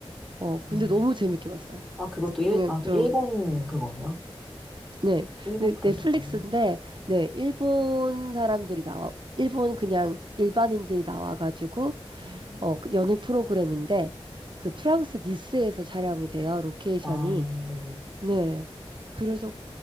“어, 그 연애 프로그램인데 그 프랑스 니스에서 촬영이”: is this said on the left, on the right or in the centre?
Right